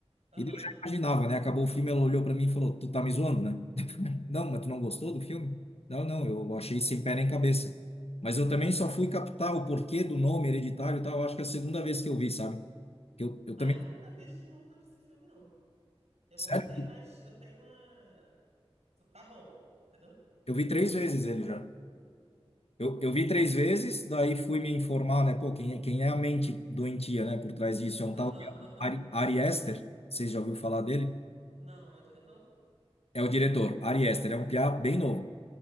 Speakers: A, on the right; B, on the left.
A: Aham.
B: E daí eu já imaginava, né? Acabou o filme, ela olhou pra mim e falou, tu tá me zoando, né? Não, mas tu não gostou do filme? Não, não, eu achei sem pé nem cabeça. Mas eu também só fui captar o porquê do nome hereditário e tal. Eu acho que é a segunda vez que eu vi, sabe? Que Eu, eu
A: Ah,
B: também,
A: eu nunca vejo de novo aqui esse filme, não. Eu
B: sério,
A: gostei, mas eu tenho uma. Tá bom, entendeu?
B: eu vi três vezes ele já. Eu, eu vi três vezes, daí fui me informar, né? Pô, quem, é- quem é a mente doentia, né? Por trás disso é um
A: Aham,
B: tal de
A: aham.
B: Ari, Ari Aster, vocês já ouviram falar dele?
A: Não, é o diretor?
B: É o diretor, Ari Aster, é um piá bem novo.